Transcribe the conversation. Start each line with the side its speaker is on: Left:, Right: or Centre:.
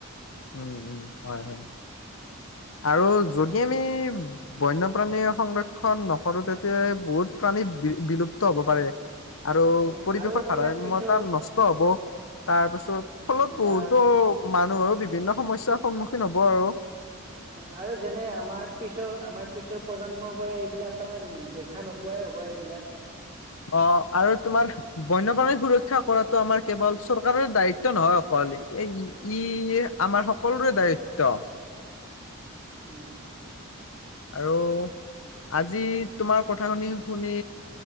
Left: উম উম হয় হয় আৰু যদি আমি বন্যপ্ৰাণী সংৰক্ষন নকৰো তেতিয়া বহুত প্ৰাণী বিলুপ্ত হব পাৰে আৰু
Right: উম
Left: পৰিৱেশৰ
Right: আৰু তাৰমানে
Left: ভাৰাম্য়তা
Right: পিছৰ
Left: নষ্ট হব তাৰপিছত ফলত
Right: উম
Left: বহুতো
Right: বা
Left: মানুহৰো বিভিন্ন সমস্যাৰ সন্মুখীন হ'ব আৰু
Right: উ আৰু যেনে আমাৰ পিছৰ আমাৰ পিছৰ প্ৰজন্ম বোৰে বিলাক তাৰমানে দেখা নোপোৱাই হ'ব এইবিলাক
Left: অ আৰু তোমাৰ বন্যপ্ৰাণী সুৰক্ষিত শিক্ষা কৰাটো আমাৰ কেৱল চৰকাৰৰ দায়িত্ব নহয় অকল ই আমাৰ সকলোৰে দায়িত্ব
Right: উম
Left: আৰু আজি তোমাক কথা শুনি শুনি